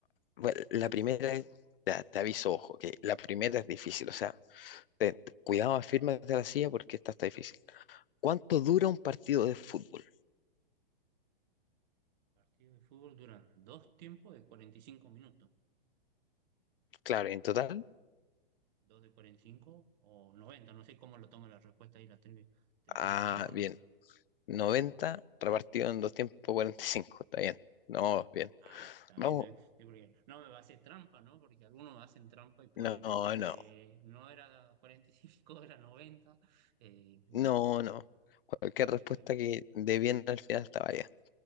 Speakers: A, on the left; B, on the right.
A: bueno, la primera es, ya, te aviso, ojo, que la primera es difícil, o sea. te- te- cuidado, afírmate de la silla porque esta está difícil. ¿Cuánto dura un partido de fútbol?
B: Partidos de fútbol duran dos tiempos de 45 minutos,
A: Claro, en total,
B: dos de 45 o noventa no sé cómo lo toma la respuesta ahí la trivia. ¿Te da
A: ah,
B: opciones o no?
A: bien, 90 repartido en dos tiempos 45, está bien. No, bien.
B: Ah, está
A: Vamos,
B: bien, está bien. Sí, porque no me va a hacer trampa, ¿no? Porque algunos hacen trampa y ponen,
A: no,
B: eh,
A: no,
B: no era cuarenta y cinco era noventa eh, bueno,
A: no, no. Cualquier
B: ah,
A: respuesta
B: bien, bien.
A: que dé bien al final está válida.